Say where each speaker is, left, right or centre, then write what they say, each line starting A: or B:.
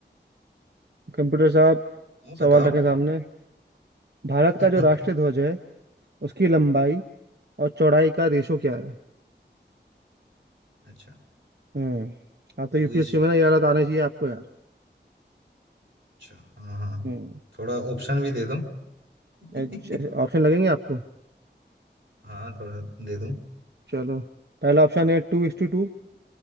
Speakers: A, on the right; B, on the right.
A: कंप्यूटर साहब
B: हाँ बताओ
A: सवाल रखे सामने भारत
B: <laughs>
A: का जो राष्ट्रीय ध्वज है उसकी लंबाई और चौड़ाई का रेशो क्या है
B: अच्छा
A: हम्म आप तो
B: टू
A: यूपीएससी
B: इस
A: में ना यार आना चाहिए आपको यार
B: अच्छा हाँ हाँ
A: हम्म
B: थोड़ा ऑप्शन भी दे दो <laughs>
A: अच्छा ऑप्शन लगेंगे आपको
B: हाँ थोड़ा दे दो
A: चलो पहला ऑप्शन है टू इज टू टू